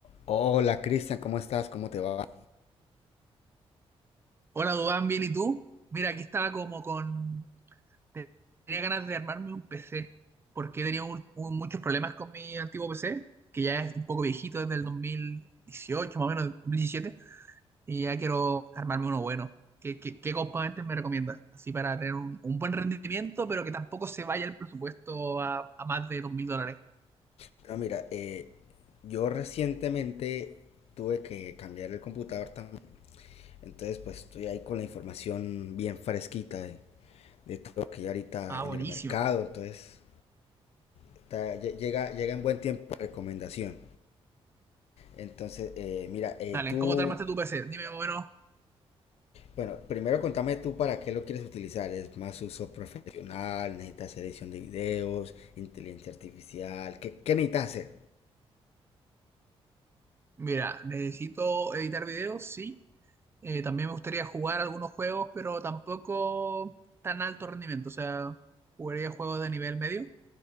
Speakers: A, on the left; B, on the right.
A: Hola Cristian, ¿cómo estás? ¿Cómo te va?
B: Hola, Dubán, ¿bien y tú? Mira, aquí estaba como con... Tenía ganas de armarme un PC, porque he tenido un- un- muchos problemas con mi antiguo PC, que ya es un poco viejito desde el 2018, más o menos, 2017, y ya quiero armarme uno bueno. ¿Qué, qué- qué componentes me recomiendas? Así para tener un, un buen rendimiento, pero que tampoco se vaya el presupuesto a, a más de 2.000 dólares.
A: Bueno, mira, eh, yo recientemente tuve que cambiar el computador también, entonces pues estoy ahí con la información bien fresquita de, de todo lo que hay ahorita
B: Ah,
A: en
B: buenísima.
A: el mercado, entonces está- lle- llega, llega en buen tiempo la recomendación. Entonces, eh, mira, eh,
B: Dale,
A: tú,
B: ¿cómo te armaste tu PC? Dime más o menos.
A: bueno, primero contame tú para qué lo quieres utilizar, ¿es más uso profesional? ¿Necesitas edición de videos? ¿Inteligencia artificial? ¿Qué, qué necesitas hacer?
B: Mira, necesito editar videos, sí. Eh, también me gustaría jugar algunos juegos, pero tampoco tan alto rendimiento. O sea, jugaría juegos de nivel medio.